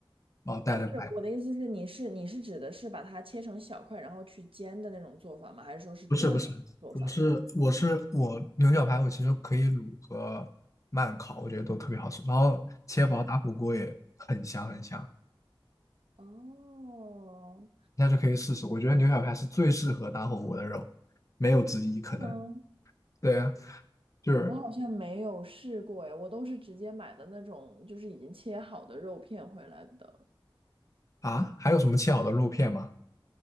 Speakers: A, on the left; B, on the right.
A: 然后带着排。
B: 就是我的意思是，你是你是指的是把它切成小块，然后去煎的那种做法吗？还是说是炖的做法？
A: 不是不是，我是我是我牛小排，我其实可以卤和慢烤，我觉得都特别好吃。然后切薄打火锅也很香很香，
B: 哦哦，
A: 大家就可以试试。我觉得牛小排是最适合打火锅的肉，没有之一可能。
B: 嗯，
A: 对啊，就是
B: 我好像没有试过哎，我都是直接买的那种，就是已经切好的肉片回来的。
A: 啊，还有什么切好的肉片吗？